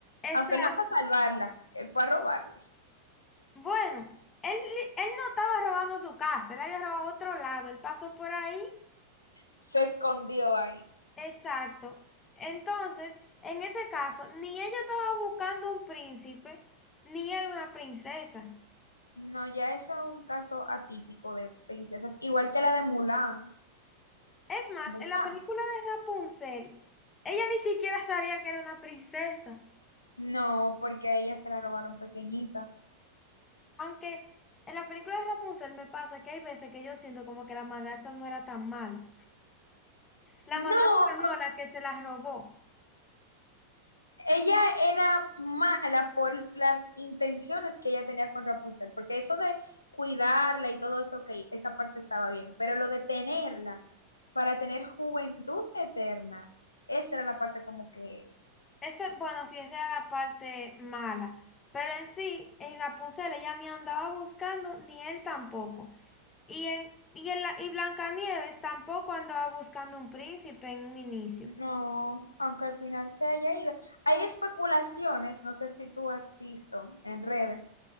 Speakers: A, on the left; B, on the left.
A: Exacto.
B: aunque él no fue a salvarla, él fue a robarle,
A: Bueno, él, él no estaba robando su casa, él había robado otro lado, él pasó por ahí
B: se escondió ahí.
A: Exacto. Entonces, en ese caso, ni ella estaba buscando un príncipe, ni él una princesa.
B: No, ya eso es un caso atípico de princesas, igual que la de Mulan.
A: Es más,
B: Mulan.
A: en la película de Rapunzel, ella ni siquiera sabía que era una princesa.
B: No, porque a ella se la robaron pequeñita.
A: Aunque en la película de Rapunzel me pasa que hay veces que yo siento como que la madrastra no era tan mala. La
B: No,
A: madrastra no, la que se la robó.
B: ella era mala por las intenciones que ella tenía con Rapunzel, porque eso de cuidarla y todo eso, ok, esa parte estaba bien, pero lo de tenerla para tener juventud eterna, esa era la parte como que
A: Ese, bueno, sí, esa era la parte mala. Pero en sí, en Rapunzel ella ni andaba buscando, ni él tampoco. Y en, y en la, y Blancanieves tampoco andaba buscando un príncipe en un inicio.
B: no, aunque al final se haya ido. Hay especulaciones, no sé si tú has visto en redes,